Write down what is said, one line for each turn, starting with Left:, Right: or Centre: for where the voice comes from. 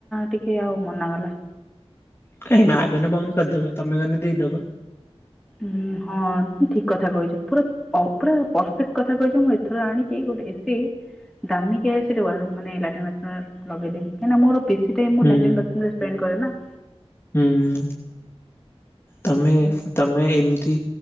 Centre: ଟିକେ ଆଉ ମନା କଲା।
Left: କାହିଁ ମା ଗଲେ ବନ୍ଦ କରିଦବ ତମେ ଗଲେ ଦେଇଦବ।
Centre: ଉଁ ହଁ ଠି ଠିକ କଥା କହିଚ ପୁରା। ଅ ପୁରା ପରେଫେକ୍ଟ କଥା କହିଚ ମୁଁ ଏଥର ଆଣିକି ଗୋଟେ ଏସି। ଦାମୀକିଆ ଏସିଟେ ୱ ମାନେ ଲାଟିନ୍ ବାଥରୁମ ଲଗେଇେବି କାଇଁନା ମୋର ବେଶୀ ଟାଇମ ମୋ
Left: ହୁଁ
Centre: ଲାଟିନ ବାଥରୁମ ରେ। ପେନ କରେନା।
Left: ହୁଁ ତମେ ତମେ ଏମିତି।